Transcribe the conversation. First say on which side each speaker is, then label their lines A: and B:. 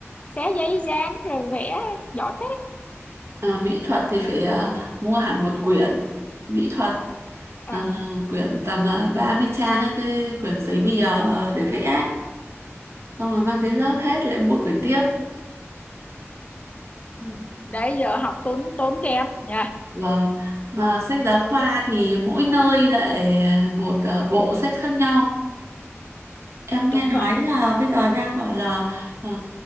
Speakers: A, on the left (about 30°); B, on the right (about 65°).
A: xé giấy dán rồi vẽ giỏi phết đấy
B: Ờ, mỹ thuật thì phải ờ, mua hẳn một quyển mỹ thuật
A: À.
B: ờ, quyển tầm uh, 30 trang ấy, cái quyển giấy bìa ờ, để vẽ ấy. xong rồi mang
A: ừ.
B: đến lớp hết lại mua quyển tiếp
A: ừ. đấy giờ học tốn tốn kém nha
B: vâng và
A: học
B: sách giáo
A: tốn
B: khoa thì mỗi nơi lại à, một ờ, bộ sách khác nhau em
A: đúng
B: nghe nói
A: vậy
B: là bây giờ đang bảo là ờ,